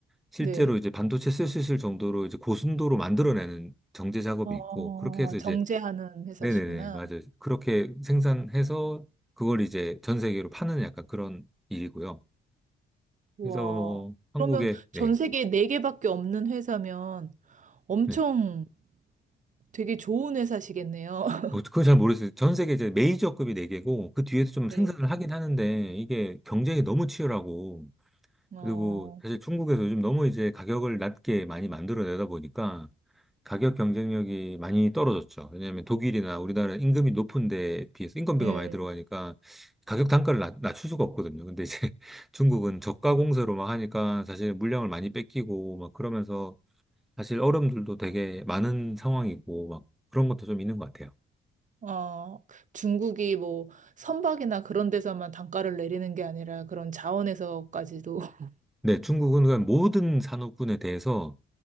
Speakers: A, in the centre; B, on the right.
A: 실제로
B: 네.
A: 이제 반도체 쓸 수 있을 정도로 이제 고순도로 만들어내는 정제 작업이
B: 어,
A: 있고 그렇게 해서 이제
B: 정제하는 회사시구나.
A: 네네네, 맞아요. 그렇게 생산해서 그걸 이제 전 세계로 파는 약간 그런 일이고요.
B: 와,
A: 그래서 뭐 한국에,
B: 그러면
A: 네,
B: 전 세계에 네개밖에 없는 회사면 엄청
A: 네.
B: 되게 좋은 회사시겠네요. <laughs>
A: 어, 그건 잘 모르겠어요. 전 세계 이제 메이저급이 네개고그 뒤에서 좀
B: 네.
A: 생산을 하긴 하는데 이게 경쟁이 너무 치열하고
B: 어,
A: 그리고 사실 중국에서 요즘 너무 이제 가격을 낮게 많이 만들어내다 보니까 가격 경쟁력이 많이 떨어졌죠. 왜냐하면 독일이나 우리나라 임금이 높은 데에 비해서 인건비가
B: 네.
A: 많이 들어가니까 가격 단가를 낮, 낮출 수가 없거든요. 근데 이제 <laughs> 중국은 저가 공세로 막 하니까 사실 물량을 많이 뺏기고 막 그러면서 사실 어려움들도 되게 많은 상황이고 막 그런 것도 좀 있는 것 같아요.
B: 어, 중국이 뭐 선박이나 그런 데서만 단가를 내리는 게 아니라 그런 자원에서까지도 <laughs>
A: 네, 중국은 그냥 모든 산업군에 대해서